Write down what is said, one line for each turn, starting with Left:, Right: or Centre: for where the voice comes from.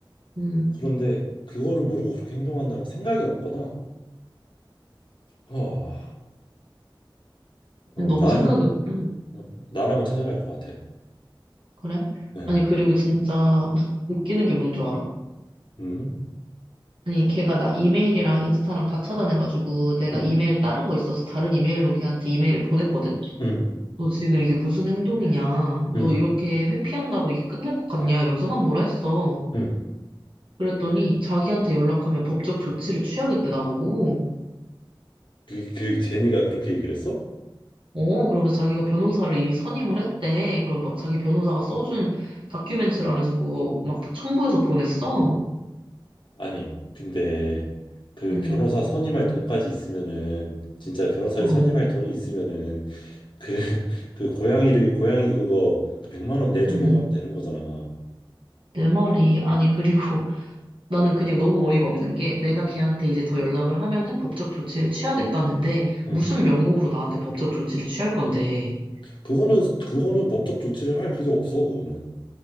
Right: 음.
Left: 그런데 그거를 모르고 그렇게 행동한다는 생각이 없거나. 어, 어,
Right: 너무
Left: 나라
Right: 생각이 없다.
Left: 어, 나라면 찾아갈 것 같아.
Right: 그래?
Left: 네.
Right: 아니, 그리고 진짜 <laughs> 웃기는 게 뭔 줄 알아?
Left: 음,
Right: 아니, 걔가 나 이메일이랑 인스타랑 다 차단해가지고 내가
Left: 음,
Right: 이메일 다른 거 있어서 다른 이메일로 걔한테 이메일을 보냈거든?
Left: 음,
Right: 너 지금 이게 무슨 행동이냐? 너
Left: 음,
Right: 이렇게 회피한다고 이게 끝날 것 같냐? 이러면서 막 뭐라 했어.
Left: 음.
Right: 그랬더니 자기한테 연락하면 법적 조치를 취하겠대, 나보고.
Left: 그, 그 제니가 그렇게 얘기를 했어?
Right: 어, 그러면서 자기가 변호사를 이미 선임을 했대. 그럼 막 자기 변호사가 써준 다큐멘터라면서 그거 막 첨부해서 보냈어.
Left: 아니, 근데 그
Right: 응,
Left: 변호사 선임할 돈까지 있으면은 진짜 변호사를
Right: 응,
Left: 선임할 돈이 있으면은 그 <laughs> 그 고양이를 고양이 그거 그 100만 원 내주고
Right: 응.
Left: 가면 되는 거잖아.
Right: 내 말이, 아니, 그리고 <laughs> 나는 그냥 너무 어이가 없는 게 내가
Left: 음.
Right: 걔한테 이제 더 연락을 하면은 법적 조치를 취하겠다는데
Left: 응.
Right: 무슨 명목으로 나한테 법적 조치를 취할 건데.
Left: 그거는 그거는 법적 조치를 할 그게 없어 그거는.